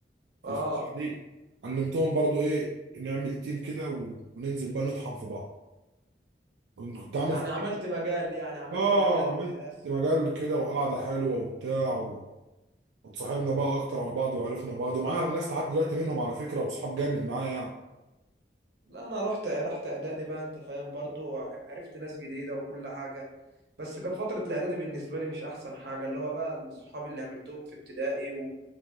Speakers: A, on the right; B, on the right.
A: في
B: اه
A: الفترة دي علمتهم برضو ايه نعمل تيم كده و- وننزل بقى نطحن في بعض كنت كنت عامل
B: يعني
A: فريق.
B: عملت مجال يعني عملت
A: اه
B: مجال
A: عملت
B: من الاخر
A: مجال كده وقعدة حلوة وبتاع و... واتصاحبنا بقى اكتر على بعض وعرفنا بعض ومعايا ناس لحد دلوقتي منهم على فكرة واصحاب جامد معايا يعني
B: لا انا رحت رحت اعدادي بقى انت فاهم برضو عرفت ناس جديده وكل حاجه بس كانت فتره الاعدادي بالنسبه لي مش احسن حاجه اللي هو بقى الصحاب اللي عملتهم في ابتدائي و...